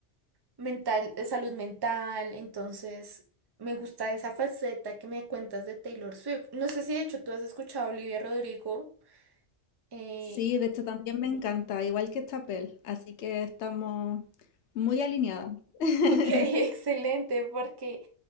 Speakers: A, on the right; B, on the left.
A: mental, de salud mental, entonces me gusta esa faceta que me cuentas de Taylor Swift. No sé si de hecho tú has escuchado a Olivia Rodrigo. eh,
B: Sí, de hecho también me encanta, igual que Chapel, así que estamos muy alineadas. <laughs>
A: <laughs> ok, excelente, porque